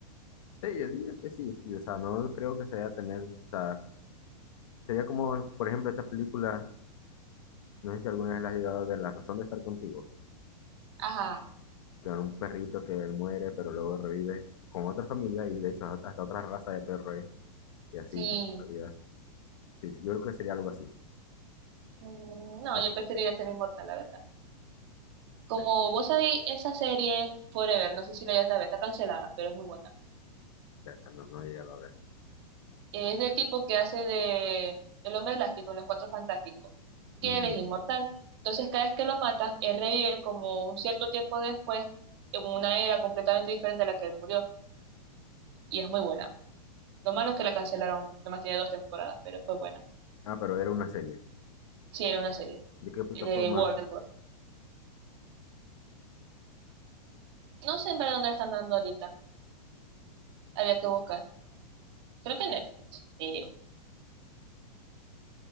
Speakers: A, on the left (about 50°); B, on the right (about 40°).
A: Sí, yo diría que sí, y, o sea, no creo que sea tener, o sea, sería como, por ejemplo, esta película, no sé si alguna vez la has llegado a ver, La razón de estar contigo.
B: Ajá.
A: con un perrito que él muere, pero luego revive con otra familia y de hecho hasta otra raza de perro es, y así,
B: Sí.
A: tipo, en realidad. Sí, sí, yo creo que sería algo así.
B: Mm, No,
A: O
B: yo preferiría ser inmortal, la verdad. Como
A: sea, eh,
B: vos sabéis, esa serie Forever, no sé si la ya está, está cancelada, pero es muy buena.
A: ya, no, no he llegado a ver.
B: Es del tipo que hace de el hombre elástico en los Cuatro Fantásticos, que
A: Ujú.
B: él es inmortal. Entonces, cada vez que lo matan, él revive como un cierto tiempo después en una era completamente diferente a la que él murió. Y es muy buena. Lo malo es que la cancelaron, nomás tiene dos temporadas, pero fue buena.
A: Ah, pero era una serie.
B: Sí, era una serie
A: ¿De qué plataforma?
B: de Warner Bros. No sé en verdad dónde la están dando ahorita. Había que buscar. Creo que en Netflix. Eh,